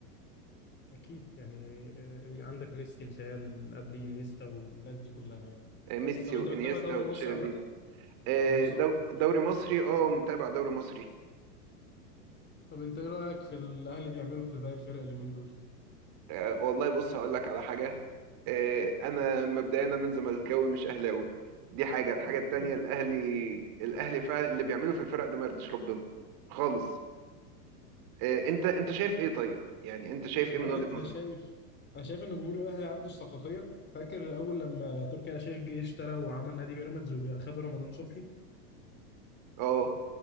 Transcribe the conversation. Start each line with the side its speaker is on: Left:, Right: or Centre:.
Left: اكيد يعني آه، عندك ميسي مثال قبل انيستا والناس دي كلها يعني
Right: آه، ميسي
Left: طب انت
Right: وإنيستا
Left: بتتابع دوري
Right: وتشافي
Left: مصري عامه
Right: آه،
Left: اه بالظبط
Right: دو... دوري مصري أه متابع دوري مصري
Left: طب انت ايه رأيك في الاهلي بيعملوا في باقي الفرق اليومين دول
Right: آه، والله بص هقول لك على حاجة آه، أنا مبدئيا أنا زملكاوي مش أهلاوي دي حاجة الحاجة
Left: <laughs>
Right: التانية الأهلي الأهلي فعلا اللي بيعمله في الفرق ده ما يرضيش ربنا خالص آه، انت انت شايف ايه طيب يعني انت شايف ايه
Left: هو
Right: من
Left: انا
Right: وجهة نظرك
Left: انا شايف انا شايف ان جمهور الاهلي عنده استحقاقيه فاكر اول لما تركي آل الشيخ جه اشترى وعمل نادي بيراميدز وخدوا رمضان صبحي
Right: اه